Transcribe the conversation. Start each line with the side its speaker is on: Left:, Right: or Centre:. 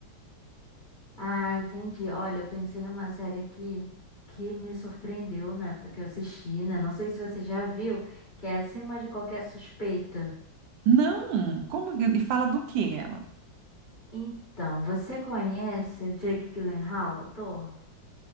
Left: Ah, entendi. Olha, eu pensei em uma série aqui que me surpreendeu na época que eu assisti, né? Não sei se você já viu, que é Acima de Qualquer Suspeita.
Right: Não, como e fala do que ela?
Left: Então, você conhece o Jake Gyllenhaal, ator?